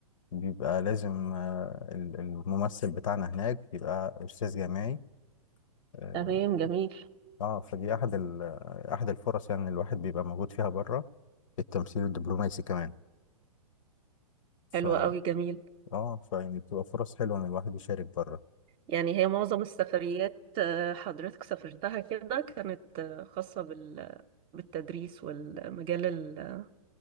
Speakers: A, on the left; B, on the right.
A: بيبقى لازم آه، ال- الممثل بتاعنا هناك يبقى أستاذ جامعي اه
B: تمام جميل
A: آه، فدي أحد ال- أحد الفرص يعني الواحد بيبقى موجود فيها بره التمثيل الدبلوماسي كمان ف
B: حلو قوي جميل
A: اه فيعني بتبقى فرص حلوة إن الواحد يشارك بره
B: يعني هي معظم السفريات آه، حضرتك سافرتها كده كانت آه، خاصة بال- بالتدريس والمجال ال-